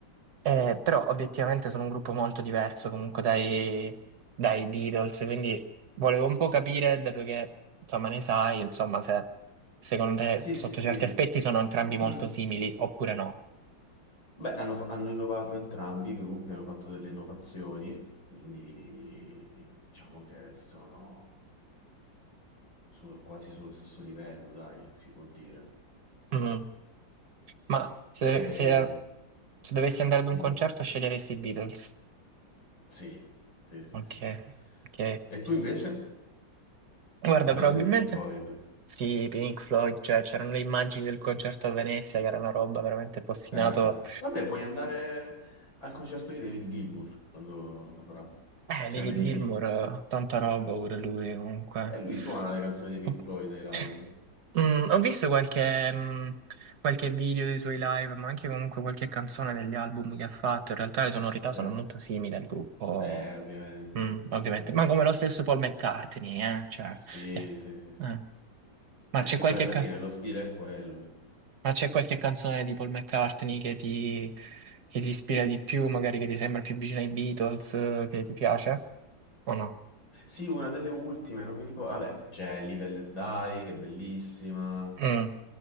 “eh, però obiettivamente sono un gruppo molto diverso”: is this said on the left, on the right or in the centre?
Right